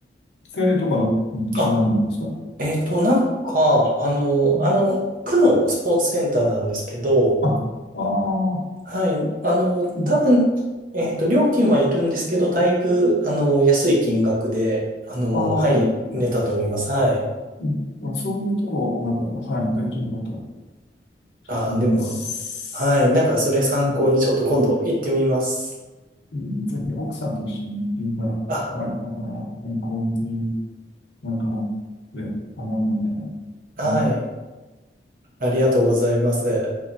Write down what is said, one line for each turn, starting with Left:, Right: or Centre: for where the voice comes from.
Left: 制とかじゃないんですか
Right: あ、えっと、なんか、あの、
Left: うん
Right: あの、区のスポーツセンターなんですけど、
Left: あ、ああ、
Right: はい。あの、
Left: うん、
Right: 多分、えっと、料金はいるんですけど、だいぶ、あの、安い金額で、あの、
Left: ああ、
Right: はい、寝たと思います。
Left: うん
Right: はい。
Left: うんまあ、そういうところなど、はい、大丈夫だと
Right: あー、
Left: 思います。
Right: でも、はい。なんか、それ参考にちょっと今度行ってみます。
Left: うん、うんぜひ奥さんと一緒に現場、
Right: あ、
Left: はい、あの、健康になんかなって思うので、
Right: はい。
Left: あの、
Right: ありがとうございます。